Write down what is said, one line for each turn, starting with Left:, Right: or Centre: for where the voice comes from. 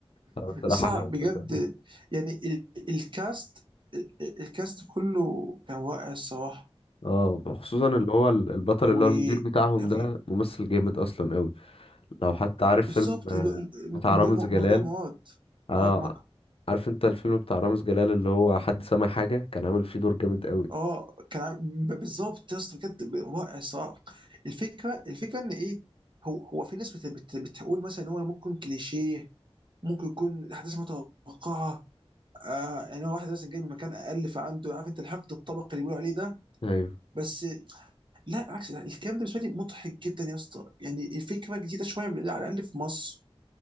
Left: آه، بصراحة
Right: صعب
Left: أنا
Right: بجد
Left: بصراحة-
Right: يعني ال- الكاست ال- الكاست كله كان رائع الصراحة
Left: اه خصوصا اللي هو البطل
Right: و
Left: اللي
Right: يعني
Left: هو المدير بتاعهم ده ممثل جامد اصلا أوي. لو حتى عارف
Right: بالظبط
Left: فيلم آه،
Right: اللي هو اللي
Left: بتاع رامز
Right: هو-
Left: جلال
Right: اللي هو مواد مواد
Left: اه
Right: مكر
Left: عارف انت الفيلم بتاع رامز جلال اللي هو حد سمع حاجة كان عامل فيه دور جامد قوي
Right: اه كان عامل- ب- بالظبط يا اسطى بجد رائع الصراحة الفكرة الفكرة ان ايه هو هو في ناس بت- بت- بتقول مثلا ان هو ممكن كليشيه ممكن يكون الاحداث متوقعه آه يعني هو واحد مثلا جاي من مكان اقل فعنده عارف انت الحقد الطبقي اللي بيقولوا عليه ده
Left: ايوه
Right: بس لا عكس ده الكلام ده بالنسبه لي مضحك جدا يا اسطى يعني الفكره جديده شويه على الاقل في مصر